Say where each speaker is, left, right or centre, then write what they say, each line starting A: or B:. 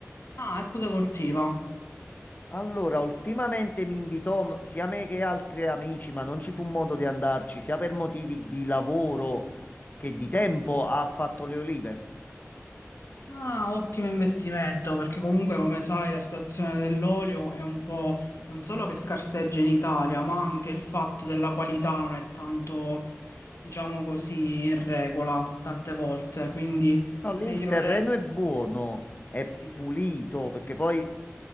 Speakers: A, on the left (about 60°); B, on the left (about 35°).
A: Ah, e cosa coltiva?
B: Allora, ultimamente mi invitò m- sia me che altri amici, ma non ci fu modo di andarci, sia per motivi di lavoro che di tempo, ha fatto le olive.
A: Ah, ottimo investimento, perché comunque come sai la situazione dell'olio è un po' non solo che scarseggia in Italia, ma anche il fatto della qualità non è tanto, diciamo così, in regola tante volte, quindi
B: No, lì
A: meglio
B: il terreno
A: avere
B: è buono, è
A: mm, un
B: pulito, perché poi,